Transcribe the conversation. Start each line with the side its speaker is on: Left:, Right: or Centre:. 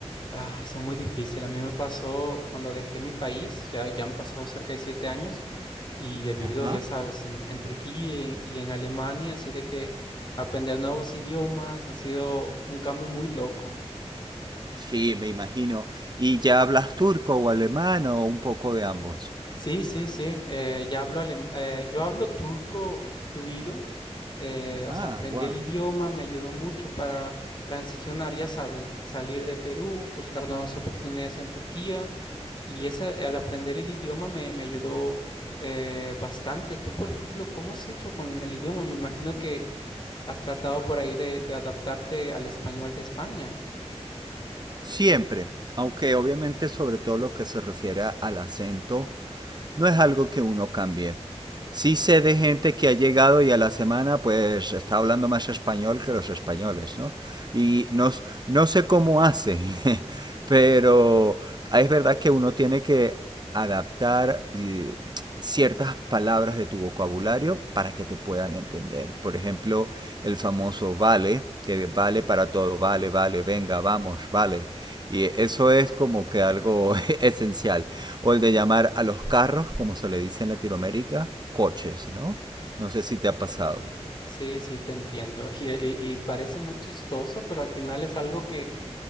Left: ah, son muy difíciles. A mí me pasó cuando dejé mi país, ya, ya han pasado cerca de siete años y he vivido,
Right: Ajá.
Left: ya sabes, en, en Turquía y en, y en Alemania, así de que aprender nuevos idiomas ha sido un cambio muy loco.
Right: Sí, me imagino. ¿Y ya hablas turco o alemán o un poco de ambos?
Left: Sí, sí, sí. eh, ya hablo alem- eh, yo hablo turco fluido. eh,
Right: Ah,
Left: o sea, aprendí
Right: wow.
Left: el idioma, me ayudó mucho para transicionar, ya sabes, salir de Perú, buscar nuevas oportunidades en Turquía. Y esa, al aprender el idioma me, me ayudó eh, bastante. Tú, por ejemplo, ¿cómo has hecho con el idioma? Me imagino que has tratado por ahí de, de adaptarte al español de España.
Right: Siempre, aunque obviamente sobre todo lo que se refiere al acento no es algo que uno cambie. Sí sé de gente que ha llegado y a la semana pues está hablando más español que los españoles, ¿no? Y no, no sé cómo hacen, <laughs> pero es verdad que uno tiene que adaptar eh, ciertas palabras de tu vocabulario para que te puedan entender. Por ejemplo, el famoso vale, que vale para todo, vale, vale, venga, vamos, vale. Y eso es como que algo <laughs> esencial. O el de llamar a los carros, como se le dice en Latinoamérica, coches, ¿no? No sé si te ha pasado.
Left: Sí, sí, te entiendo. <laughs> Y, y- y parece muy chistoso, pero al final es algo ¿Qué